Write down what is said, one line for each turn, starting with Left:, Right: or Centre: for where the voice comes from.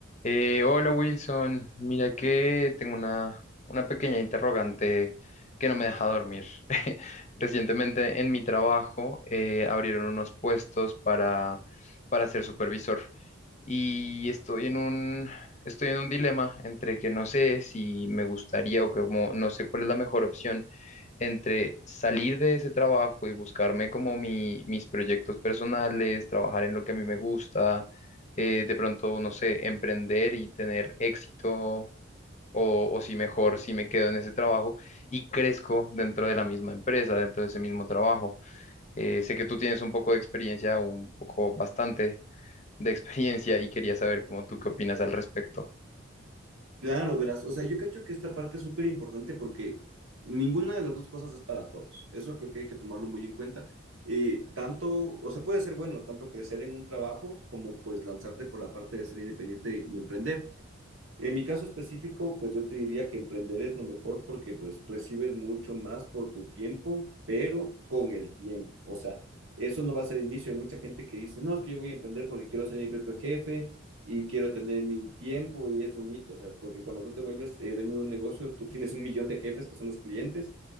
Left: Eh, hola Wilson, mira que tengo una, una pequeña interrogante que no me deja dormir. <laughs> Recientemente en mi trabajo eh, abrieron unos puestos para, para ser supervisor y estoy en un, estoy en un dilema entre que no sé si me gustaría o como no sé cuál es la mejor opción entre salir de ese trabajo y buscarme como mi- mis proyectos personales, trabajar en lo que a mí me gusta eh, de pronto, no sé, emprender y tener éxito, o, o si mejor, si me quedo en ese trabajo y crezco dentro de la misma empresa, dentro de ese mismo trabajo. Eh, sé que tú tienes un poco de experiencia, un poco bastante de <laughs> experiencia y quería saber cómo tú qué opinas al respecto.
Right: Claro, verás. O sea, yo cacho que esta parte es súper importante porque ninguna de las dos cosas es para todos. Eso creo que hay que tomarlo muy en cuenta. Eh, tanto, o sea, puede ser bueno, tanto crecer en un trabajo como pues lanzarte por la parte de ser independiente y emprender. En mi caso específico, pues yo te diría que emprender es lo mejor porque pues recibes mucho más por tu tiempo, pero con el tiempo. O sea, eso no va a ser el inicio. Hay mucha gente que dice, no, es que yo voy a emprender porque quiero ser mi propio jefe y quiero tener mi tiempo y es un mito. O sea, porque cuando tú te vuelves eh, dueño de un negocio, tú tienes un millón de jefes que son los clientes